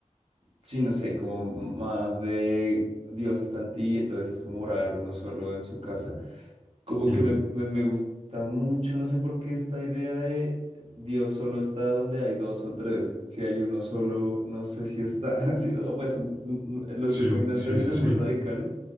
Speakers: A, on the right; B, on the right.
A: sí, no sé, como más de Dios está en ti, entonces es como orar uno solo en su casa. Como
B: sí,
A: que me, me, me gusta mucho, no sé por qué esta idea de Dios solo está donde hay dos o tres. Si hay uno solo, no sé si está. <laughs> así o pues n- n- lo estoy
B: sí,
A: poniendo
B: sí,
A: en términos
B: sí, sí.
A: muy radicales,